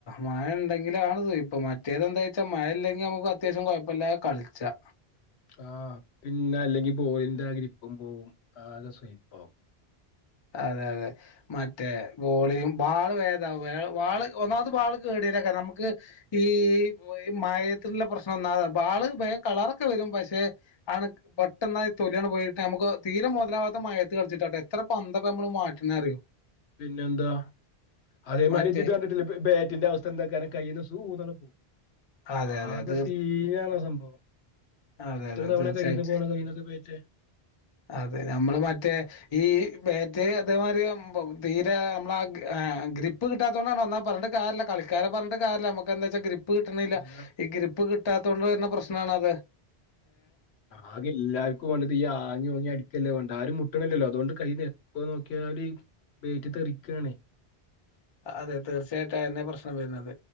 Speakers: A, on the left (about 35°); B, on the left (about 80°).
A: മഴയണ്ടെങ്കിലാണത് സുയിപ്പ് മറ്റ് റ്റേത് എന്താ വച്ചാ മഴ ഇല്ലെങ്കിൽ നമുക്ക് അത്യാവശ്യം കുഴപ്പമില്ല കളിച്ചാ
B: ആ പിന്നെ അല്ലെങ്കി ബോളിന്റെ ആഗ്രിപ്പും പോവും ആകെ സ്ലിപ്പ് ആവും
A: അതെ അതെ മറ്റേ ബോളിയും ബാള് വേത വാള് ഒന്നാമത് ബാള് കേടിയരൊക്കെ നമുക്ക് ഈഈ മയത്തിനുള്ള പ്രശ്നം ഒന്നാമത ബാള് ഭയം കളറൊക്കെ വരും പക്ഷെ ആണ് പെട്ടെന്ന തൊല്ിയാണ് പോയിട്ട നമുക്ക് തീരെം മുതലാവാത്ത മയത്ത് കളിച്ചിട്ട കേട്ടോ എത്ര പന്തൊക്ക നമ്മള് മാറ്റണ അറിയോ
B: പിന്നെ എന്താ അതേ
A: മറ്റേ
B: മരിജി ഇത് കണ്ടിട്ടില്ല ബേറ്റിന്റെ അവസ്ഥ എന്താ കാര കയ്യിൽന്ന് സൂന്നങ്‌ പോകും
A: അതെ അതെ
B: ആകെ
A: തീർ
B: സീനാണ് സം ഓ
A: അതെ
B: എത്ര
A: അതെ
B: തവണ
A: തീർച്ചയായിട്ടും
B: കയ്യിൽന്ന് പോണം കയ്യിൽന്നൊക്കെ ബാറ്റ്
A: അതെ നമ്മള് മറ്റേ ഈ മേറ്റ് അതേമാതിരി തീരെ നമ്മള ആ ഗ്രിപ്പ് കിട്ടാത്തത കൊണ്ടാണ്ന്നാൽ പറഞ്ഞിട്ട് കാര്യല്ല കളിക്കാരെ പറഞ്ഞിട്ട് കാര്യല്ല നമ്മുക്ക് എന്താ വച്ചാ ഗ്രിപ്പ് കിട്ടണില്ല
B: ഇല്ല
A: ഈ ഗ്രിപ്പ് കിട്ട കിട്ടാത്ത കൊണ്ട് വരുന്ന പ്രശ്നാണ് അത്
B: ആകെ എല്ലാർക്കും വേണ്ട ത് ഈ ആങ്ങിഓങ്ങി അടി ല്ലേ വേണ്ട ആരും മുട്ടണല്ലല്ലോ അതുകൊണ്ട് കയ്യിപ്പ നോക്കിയാല് ബാറ്റ് ത്തെറിക്കയാണ്
A: അതെ തീർച്ചയായിട്ടും അതന്നെ പ്രശ്നം വരുന്നത്